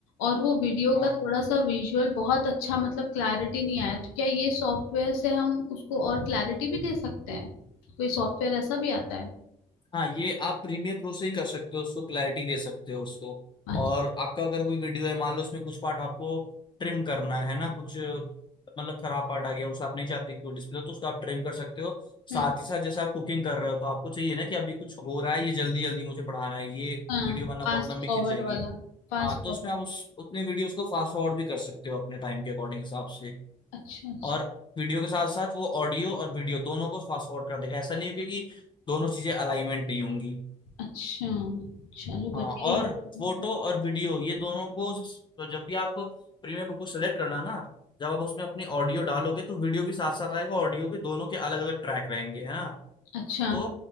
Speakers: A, on the left; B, on the left.
A: और वो वीडियो
B: हाँ
A: का थोड़ा सा विजुअल बहुत अच्छा मतलब क्लैरिटी नहीं आया तो क्या ये सॉफ्टवेयर से हम उसको और क्लैरिटी भी दे सकते हैं कोई सॉफ्टवेयर ऐसा भी आता है
B: हाँ ये आप प्रीमियर प्रो से ही कर सकते हो उसको क्लैरिटी दे सकते हो उसको
A: अच्छा
B: और आपका अगर कोई वीडियो है मान लो उसमें कुछ पार्ट आपको ट्रिम करना है ना कुछ मतलब खराब पार्ट आ गया उसे आप नहीं चाहते कि वो डिस्प्ले तो उसको आप ट्रिम कर सकते हो
A: हम्म
B: साथ ही साथ जैसे आप कुकिंग कर रहे हो तो आपको चाहिए ना कि अभी कुछ हो रहा है ये जल्दी जल्दी मुझे बढ़ाना है ये
A: हाँ
B: वीडियो वरना
A: फास्ट
B: बहुत लंबी
A: फॉरवर्ड
B: खिंच जाएगी
A: वाला Fast
B: हाँ
A: forward
B: तो उसमें आप उस उतने वीडियोस को फास्ट फॉरवर्ड भी कर सकते हो अपने टाइम के अकॉर्डिंग हिसाब से
A: अच्छा अच्छा
B: और वीडियो के साथ साथ वो ऑडियो और वीडियो दोनों को फास्ट फॉरवर्ड कर देगा ऐसा नहीं होगा कि दोनों चीजें अलाइनमेंट नहीं होंगी
A: अच्छा चलो बढ़िया
B: हाँ और
A: ही- हम्म,
B: फोटो और वीडियो ये दोनों को स- तो जब भी आप प्रीमियम को सेलेक्ट करना ना जब आप उसमें अपनी ऑडियो डालोगे तो वीडियो भी साथ साथ आएगा ऑडियो के दोनों के अलग अलग ट्रैक रहेंगे है ना
A: अच्छा
B: तो